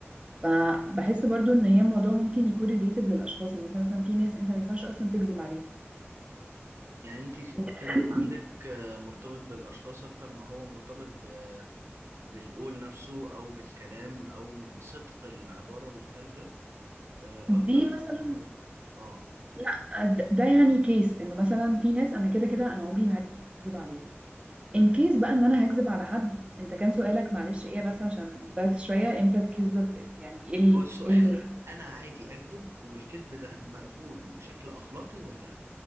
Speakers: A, on the right; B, on the right.
A: فبحس برضو ان هي الموضوع ممكن يكون ريليتد للاشخاص ان انت مثلا في ناس انت ما ينفعش اصلا تكذب عليها
B: يعني انت الكذب
A: <clears throat>
B: عندك آه، مرتبط بالاشخاص اكتر ما هو مرتبط ب بالقول نفسه او بالكلام او بصدق العباره اللي خارجه آه، اكتر
A: دي مثلا
B: من إن هو اه
A: لا د- ده يعني كيس انه مثلا في ناس انا كده كده انا عمري ما هكذب عليها ان كيس بقى ان انا هكذب على حد انت كان سؤالك معلش ايه بس عشان ضيعت شويه امتى الكذبه يعني ايه ال-
B: هو السؤال
A: إيه اللي
B: انا عادي اكذب والكذب ده مقبول بشكل اخلاقي ولا لا